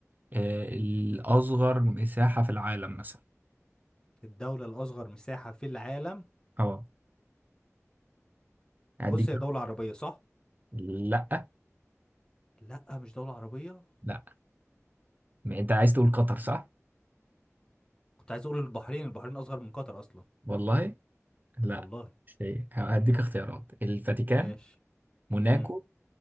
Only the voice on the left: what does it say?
الدولة الأصغر مساحة في العالم
بص هي دولة عربية صح؟
لا مش دولة عربية
كنت عايز أقول البحرين البحرين أصغر من قطر أصلا
والله
ماشي
مم.